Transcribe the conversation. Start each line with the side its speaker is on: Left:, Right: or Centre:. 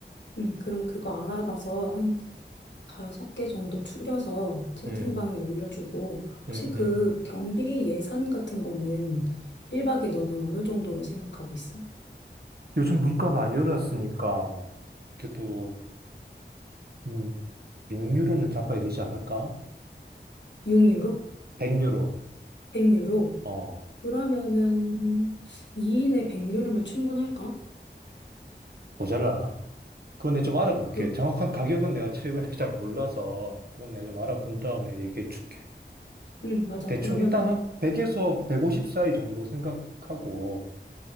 Left: 음, 그럼 그거 알아봐서 한 다섯 개 정도 추려서 채팅방에
Right: 음,
Left: 올려주고, 혹시
Right: 음,
Left: 그
Right: 음.
Left: 경비 예산 같은 거는 1박에 너는 어느 정도로 생각하고 있어?
Right: 요즘 물가 많이 올랐으니까 그래도 음, 100유로는 잡아야 되지 않을까?
Left: 6유로?
Right: 100유로.
Left: 100유로?
Right: 어,
Left: 그러면은 2인에 100유로면 충분할까?
Right: 모자라나? 그건 내가 좀 알아볼게.
Left: 그,
Right: 정확한 가격은 내가 최근에 <laughs> 잘 몰라서 그건 내가 좀 알아본 다음에 얘기해 줄게.
Left: 응 맞아.
Right: 대충
Left: 그러면은,
Right: 일단 한 100에서 150 사이 정도 생각하고